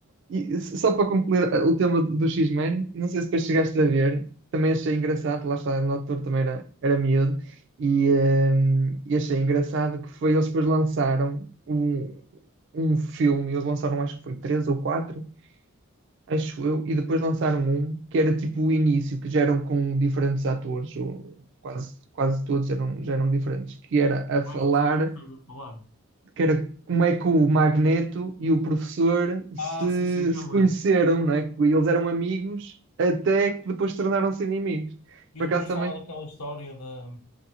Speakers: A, on the right; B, on the left.
A: E só para concluir uh, o tema do X-Men, não sei se depois chegaste a ver, também achei engraçado, lá está, o autor também era, era miúdo, e, um, e achei engraçado que foi, eles depois lançaram um, um filme, eles lançaram acho que foi três ou quatro, acho eu, e depois lançaram um que era tipo o início, que já eram com diferentes atores, ou quase, quase todos eram, já eram diferentes, que era a
B: Eu
A: falar
B: acho que sei do que estás a falar.
A: que era como é que o Magneto e o professor se,
B: Ah, sim, sim, já
A: se
B: me
A: conheceram,
B: lembro.
A: não é? Que Eles eram amigos até que depois tornaram-se inimigos.
B: E
A: Por
B: depois
A: acaso também?
B: falar daquela história da,